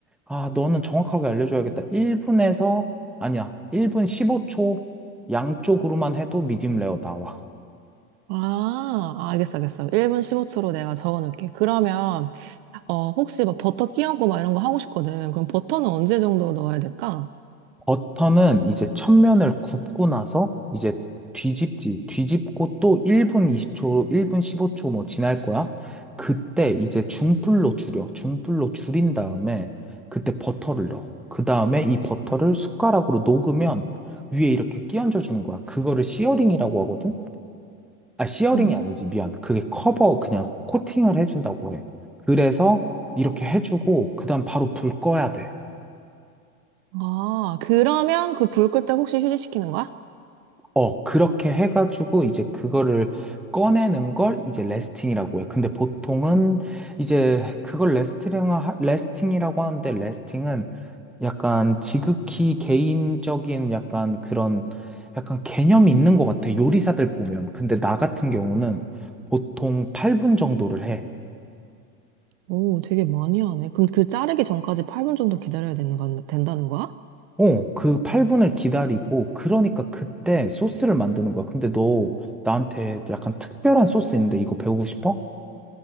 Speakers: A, in the centre; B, on the right (about 50°).
A: 아, 너는 정확하게 알려줘야겠다. 1분에서, 아니야, 1분 15초 양쪽으로만 해도 미디움 레어 나와.
B: 아, 알겠어, 알겠어. 1분 15초로 내가 적어 놓을게. 그러면, 어, 혹시 막 버터 끼얹고 막 이런 거 하고 싶거든. 그럼 버터는 언제 정도 넣어야 될까?
A: 버터는 이제 첫면을 굽고 나서 이제 뒤집지, 뒤집고 또 1분 20초, 1분 15초 뭐 지날 거야. 그때 이제 중불로 줄여. 중불로 줄인 다음에 그때 버터를 넣어. 그 다음에 이 버터를 숟가락으로 녹으면 위에 이렇게 끼얹어 주는 거야. 그거를 시어링이라고 하거든. 아, 시어링이
B: 음.
A: 아니지. 미안. 그게 커버, 그냥 코팅을 해준다고 해. 그래서 이렇게 해주고, 그 다음 바로 불 꺼야 돼.
B: 아, 그러면 그 불 끌 때 혹시 휴지시키는 거야?
A: 어, 그렇게 해가지고, 이제 그거를 꺼내는 걸 이제 레스팅이라고 해. 근데 보통은 이제 그걸 레스팅, 레스팅이라고 하는데, 레스팅은 약간 지극히 개인적인 약간 그런, 약간 개념이 있는 것 같아. 요리사들 보면. 근데 나 같은 경우는 보통 8분 정도를 해.
B: 오, 되게 많이 하네. 그럼 그 자르기 전까지 8분 정도 기다려야 되는 건, 된다는 거야?
A: 어, 그 8분을 기다리고, 그러니까 그때 소스를 만드는 거야. 근데 너 나한테 약간 특별한 소스 인데 이거 배우고 싶어?